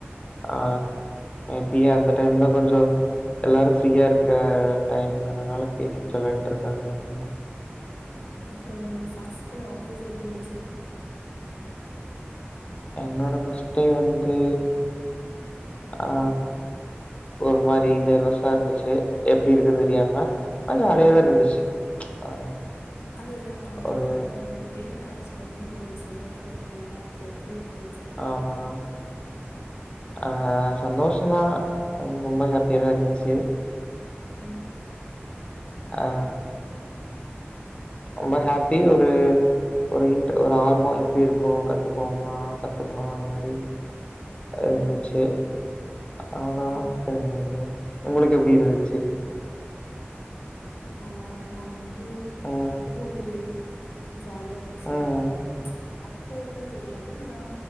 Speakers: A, on the left; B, on the left.
A: ஆ ஃபிரியா அந்த டைம்ல கொஞ்சு எல்லாரு ஃப்ரீயா இருக்க டைம்ங்கிறதுனால பேசிட்டு விளையாண்டு இருக்காங்களா என்னமோ
B: அப்புறோ உன்னோட ஃபஸ்ட்டே ஆஃபீஸ் எப்பிடின்ந்துச்சு
A: என்னோட ஃபர்ஸ்ட்டே வந்து அ
B: உம்
A: ஒரு மாரி நெர்வஸா இர்ந்துச்சு எப்டி இருக்குன் தெரியாம ஆன் ஜாலியா இர்ந்துச்சு ஆ
B: அது அது
A: ஒரு
B: நம்ளுக் வேல கெடச்ச உட்னே ஒரு சந்தோஷோ இருக்குல்ல அது எப்டி இர்ந்துச்சு
A: ஆமா அ சந்தோஷந்தா அ ரொம்ப ஹேப்பியா தா இருந்துச்சு
B: ம்
A: அ ரொம்ப ஹேப்பி ஒரு ஒரு இன்ட்டு ஒரு ஆர்வோ எப்டி இருக்கு கத்துக்வோமா கத்துக்கணு அந்த மாரி இர்ந்துச்சு
B: ஆ,
A: அவ்ளா தா
B: ஆ.
A: அப்றோ என்னது உங்களுக்கு எப்டி இருந்துச்சி
B: நானா நான் வந்து
A: ஆ
B: எதோரு ஜாலியா இர்ந்ச்சு
A: ம்
B: அப்போ அப் போல்லா தெரியாது ஆனா